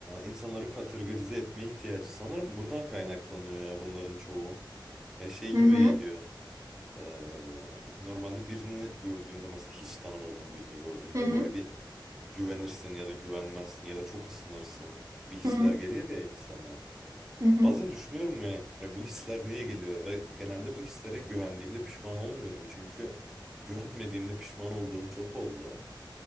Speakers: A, in the centre; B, on the right.
A: insanları kategorize etme ihtiyacı sanırım buradan kaynaklanıyor ya bunların çoğu. Yani şey
B: Hı
A: gibi
B: hı.
A: geliyor. Ee, normalde birini gördüğünde mesela hiç tanımadığın birini gördüğünde
B: Hı hı.
A: böyle bir güvenirsin ya da güvenmezsin ya da çok ısınırsın gibi hisler
B: Hı hı.
A: gelir ya insana.
B: Hı hı.
A: Bazen düşünüyorum ya, yani bu hisler niye geliyor ve genelde bu hislere güvendiğimde pişman olmuyorum çünkü güvenmediğimde pişman olduğum çok oldu.